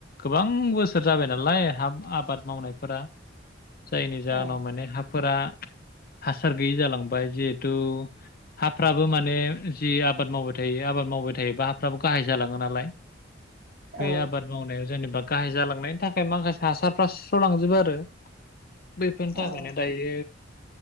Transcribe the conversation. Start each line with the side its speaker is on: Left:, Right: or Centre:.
Left: गोबां बोसोर जाबाय नालाय हा आबाद मावनायफोरा। जायनि जाहोनाव
Right: औ
Left: माने हाफोरा हासार गैयि जालांबाय जिहेथु हाफ्राबो माने जि आबाद मावबाय थायो आबाद मावबाय थायोबा हाफ्राबो गाहाय जालाङो नालाय। बेै
Right: औ
Left: आबाद मावनायाव जेनेबा गाहाय जालांनायनि थाखाय माखासे हासारफ्रा सुस्रालांजोबो आरो। बैफोरनि थाखायनो
Right: औ
Left: दायो